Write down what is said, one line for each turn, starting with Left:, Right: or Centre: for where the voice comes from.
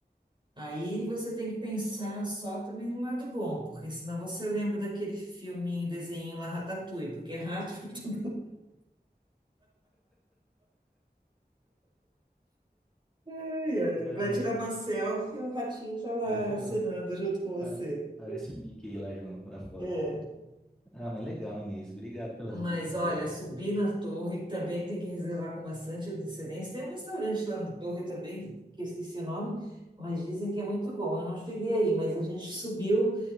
Right: Aí você tem que pensar só também no lado bom, porque senão você lembra daquele filminho, desenho lá, Ratatouille, porque é rato <laughs> Ai, ai.
Centre: É,
Right: Vai tirar uma selfie e o ratinho tá lá
Centre: parece,
Right: acenando
Centre: a-
Right: junto com você.
Centre: pa- parece o Mickey lá junto na foto.
Right: É.
Centre: Ah, mas legal, Inês. Obrigado pelas
Right: Mas
Centre: dicas
Right: olha,
Centre: aí.
Right: subir na torre também tem que reservar com bastante antecedência. Tem um restaurante lá na torre também, que eu esqueci o nome, mas dizem que é muito bom. Eu não cheguei aí, mas a gente subiu,